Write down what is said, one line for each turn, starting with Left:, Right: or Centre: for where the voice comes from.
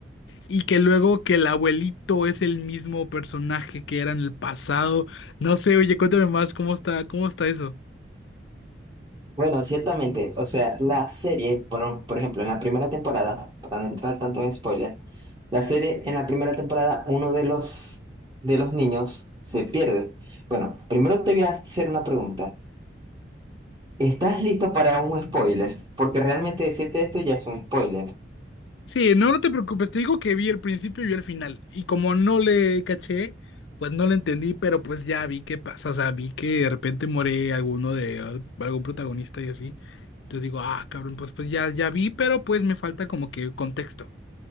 Left: y que luego que el abuelito es el mismo personaje que era en el pasado. No sé, oye, cuéntame más, ¿cómo está, cómo está eso?
Right: Bueno, ciertamente, o sea, la serie, por, por ejemplo, en la primera temporada, para no entrar tanto en spoiler, la serie en la primera temporada, uno de los, de los niños se pierde. Bueno, primero te voy a hacer una pregunta. ¿Estás listo para un spoiler? Porque realmente decirte esto ya es un spoiler.
Left: Sí, no, no te preocupes, te digo que vi el principio y vi el final. Y como no le caché, pues no le entendí, pero pues ya vi qué pasa. O sea, vi que de repente muere alguno de eh, algún protagonista y así. Entonces digo, ah, cabrón, pues pues ya, ya vi, pero pues me falta como que contexto.